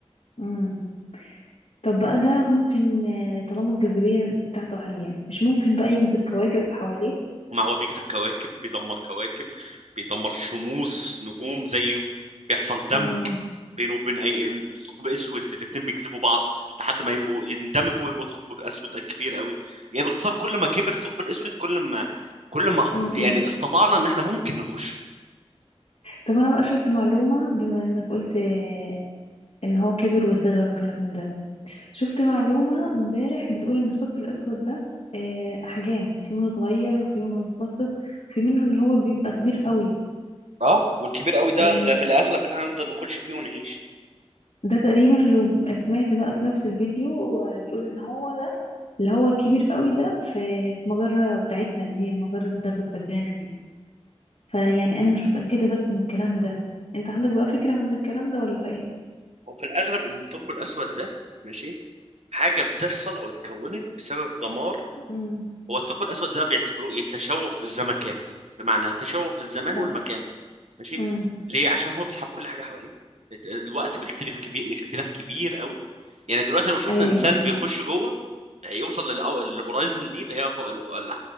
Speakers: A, on the left; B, on the right.
A: امم طب بقى ده ممكن آه، طالما الجاذبية بتاعته عالية مش ممكن بقى يجذب كواكب حواليه
B: ما هو بيجذب كواكب بيدمر كواكب بيدمر شموس نجوم زيه بيحصل دمج
A: اه
B: بينه وبين اي ثقب اسود الاتنين بيجذبوا بعض لحد ما يبقوا يندمجوا ويبقوا ثقب اسود كبير قوي يعني باختصار كل ما كبر الثقب الاسود كل ما كل ما
A: امم
B: يعني استطعنا ان احنا ممكن نخش
A: طب انا بقى شفت معلومة بما انك قلت آه، ان هو كبر وصغر وكلام من ده شفت معلومة امبارح بتقول ان الثقب الاسود ده آه، احجام في منه صغير وفي منه متوسط في منه اللي هو بيبقى كبير قوي
B: اه والكبير قوي ده
A: آه،
B: غ- في الاغلب ان احنا نقدر نخش فيه ونعيش
A: ده تقريبا اللي ب- سمعت بقى في نفس الفيديو آه، بيقول ان هو ده اللي هو الكبير قوي ده في في مجرة بتاعتنا اللي هي مجرة درب التبانة دي فيعني انا مش متأكدة بس من الكلام ده انت عندك بقى فكرة من الكلام ده ولا ايه
B: وفي الاغلب ان الثقب الاسود ده ماشي حاجه بتحصل او اتكونت بسبب دمار
A: امم
B: هو الثقب الأسود ده بيعتبروه إيه تشوه في الزمكان بمعنى تشوه في الزمان
A: صح
B: والمكان ماشي
A: امم
B: ليه عشان هو بيسحب كل حاجة حواليه الت- الوقت بيختلف كبير اختلاف كبير قوي يعني دلوقتي لو شفنا
A: ايوه
B: إنسان
A: ايوه
B: بيخش جوه هيوصل للأو- للهورايزن دي اللي هي فوق ال- ال-